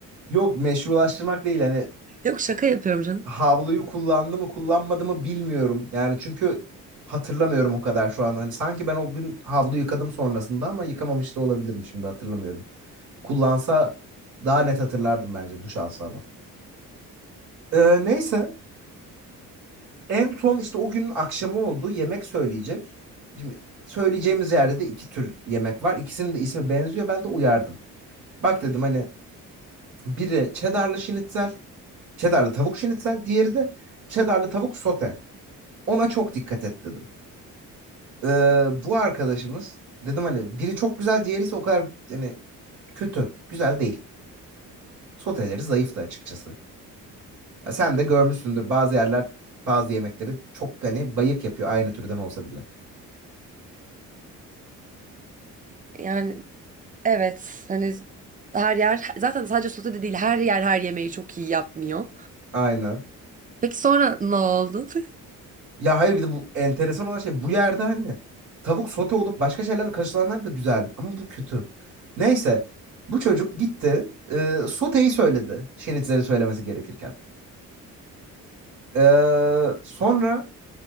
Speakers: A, on the right; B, on the right.
A: Yok meşrulaştırmak değil hani
B: Yok şaka yapıyorum canım.
A: havluyu kullandı mı kullanmadı mı bilmiyorum. Yani çünkü hatırlamıyorum o kadar şu an. Hani sanki ben o gün havlu yıkadım sonrasında ama yıkamamış da olabilirim şimdi hatırlamıyorum. Kullansa daha net hatırlardım bence duş alsa ama. Ee, neyse en son işte o günün akşamı oldu yemek söyleyecek. Şimdi söyleyeceğimiz yerde de iki tür yemek var. İkisinin de ismi benziyor ben de uyardım. Bak dedim hani Biri cheddarlı şinitzel, cheddarlı tavuk şinitzel, diğeri de cheddarlı tavuk sote. Ona çok dikkat et dedim. Ee, bu arkadaşımız dedim hani biri çok güzel, diğeri ise o kadar hani kötü, güzel değil. Soteleri zayıftı açıkçası. Ya sen de görmüşsündür bazı yerler bazı yemekleri çok hani bayık yapıyor aynı türden olsa bile.
B: Yani evet hani her yer zaten sadece sote değil her yer her yemeği çok iyi yapmıyor.
A: Aynen.
B: Peki sonra ne oldu? <laughs>
A: Ya hayır bir de bu enteresan olan şey bu yerde hani tavuk sote olup başka şeylerle karışılanlar da güzel ama bu kötü. Neyse bu çocuk gitti e, soteyi söyledi şenitleri söylemesi gerekirken. E, sonra